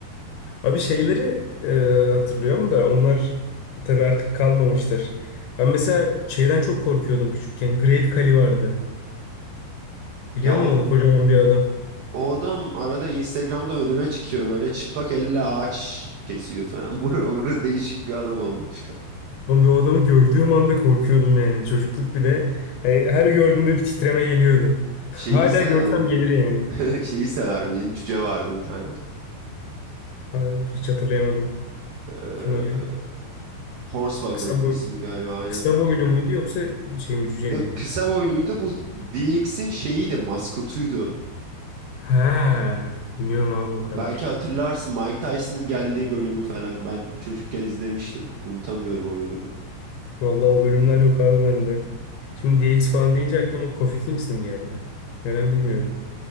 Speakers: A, on the left; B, on the right.
A: Abi şeyleri e, hatırlıyorum da onlar tabii artık kalmamıştır. Ben mesela şeyden çok korkuyordum küçükken. Great Kali vardı. Biliyor
B: Ya o,
A: musun onu? Kocaman bir adam.
B: o adam arada Instagram'da önüme çıkıyor böyle çıplak elle ağaç kesiyor falan. <laughs> Bura bura değişik bir adam olmuş.
A: Oğlum ben o adamı gördüğüm anda korkuyordum yani. Çocukluk bir de. Hani her gördüğümde bir titreme geliyordu. <laughs> Hala
B: Şeyi sever
A: görsem
B: miydin?
A: gelir yani.
B: <laughs> Şeyi sever miydin? Cüce vardı bir tane.
A: Ay, Hiç hatırlayamadım.
B: Ee,
A: Kim o ya?
B: Hornswoggle
A: Kısa boy,
B: ismi galiba aynen.
A: kısa boylu muydu yoksa şey mi cüce
B: Ya
A: miydi?
B: kısa boyluydu bu DX'in şeyiydi maskotuydu.
A: Ha, bilmiyorum abi o kadar.
B: Belki hatırlarsın Mike Tyson'ın geldiği bölümü falan. Ben çocukken izlemiştim. Unutamıyorum o bölümü.
A: Vallahi o bölümler yok abi bende. Şimdi DX falan deyince aklıma Kofi Kingston geldi. Neden bilmiyorum.